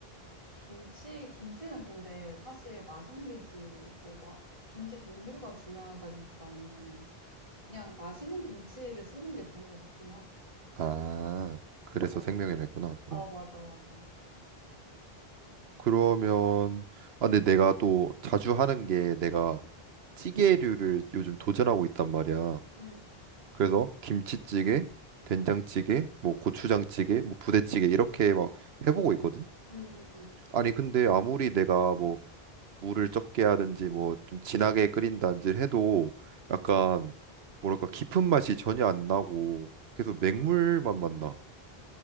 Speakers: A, on the right; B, on the right.
A: 김치, 김치는 근데 사실 맛있는 김치, 뭐, 마, 김치 종류가 중요하다기보다는 그냥 맛있는 김치를 쓰는 게 좋은 것 같긴 하다.
B: 아, 어, 그래서
A: 완-
B: 생명이라 했구나 어
A: 어, 맞아, 맞아, 맞아.
B: 그러면 아 근데 내가 또 자주 하는 게 내가 찌개류를 요즘 도전하고 있단 말이야
A: 응,
B: 그래서 김치찌개 된장찌개 뭐 고추장찌개 뭐 부대찌개 이렇게 막 해보고 있거든
A: 응, 응, 응.
B: 아니 근데 아무리 내가 뭐 물을 적게 하든지 뭐 좀 진하게 끓인다든지 해도 약간 뭐랄까 깊은 맛이 전혀 안 나고 계속
A: 아,
B: 맹물만 만나.